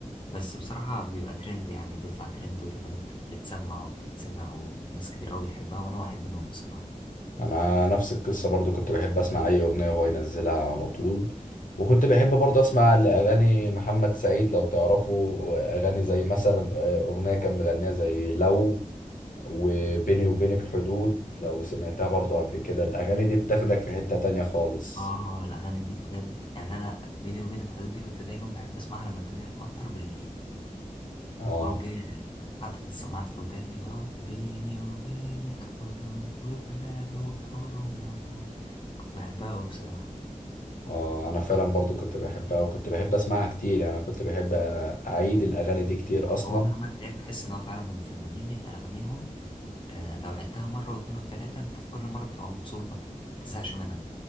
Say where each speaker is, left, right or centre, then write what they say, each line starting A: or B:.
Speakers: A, on the left; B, on the left.
A: بس بصراحه بيبقى ترند يعني بيطلع ترند والاغاني بت- بتسمع وبتتسمع وناس كتير قوي بتحبها وانا واحد منهم بصراحه
B: انا نفس القصه برضو كنت بحب اسمع اي اغنيه وهو ينزلها على طول وكنت بحب برضو اسمع لاغاني محمد سعيد لو تعرفوا اغاني زي مثلا آه، اغنيه كان مغنيها زي لو وبيني وبينك حدود لو سمعتها برضو قبل كده الاغاني دي بتاخدك في حته تانية خالص
A: اه الاغاني دي بجد يعني انا بيني وبينك الحدود دي كنت دايما بحب اسمعها لما الدنيا تمطر بالليل
B: اه
A: بقوم جاي حاطط السماعات في وداني بقى وبيني وبينك حدود وبلاد وبحور ومطر كنت بحبها قوي بصراحة
B: اه انا فعلا برضو كنت بحبها وكنت بحب اسمعها كتير يعني انا كنت بحب اعيد الاغاني دي كتير اصلا
A: هو محمد سعيد بحس ان هو فعلا من الفنانين اللي اغانيهم آه لو عدتها مرة واتنين وتلاتة انت في كل مرة بتبقى مبسوط ما بتزهقش منها